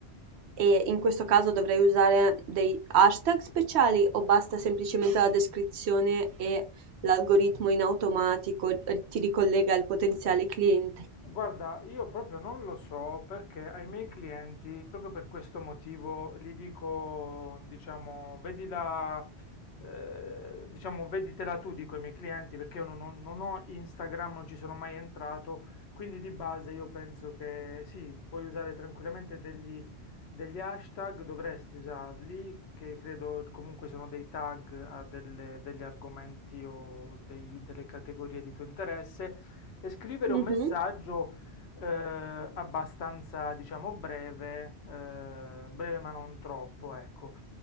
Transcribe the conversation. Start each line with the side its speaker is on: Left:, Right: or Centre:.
Right: E in questo caso dovrei usare dei hashtag speciali o basta semplicemente la descrizione e l'algoritmo in automatico eh, ti ricollega al potenziale cliente?
Left: Guarda, io proprio non lo so perché ai miei clienti, proprio per questo motivo, gli dico, diciamo, vedila, eh, diciamo, veditela tu, dico ai miei clienti, perché io non, ho non ho Instagram, non ci sono mai entrato, quindi di base io penso che sì, puoi usare tranquillamente degli, degli hashtag, dovresti usarli, che credo comunque sono dei tag a delle- degli argomenti o dei- delle categorie di tuo interesse e scrivere un
Right: Mhm.
Left: messaggio eh, abbastanza, diciamo, breve, eh, breve ma non troppo, ecco.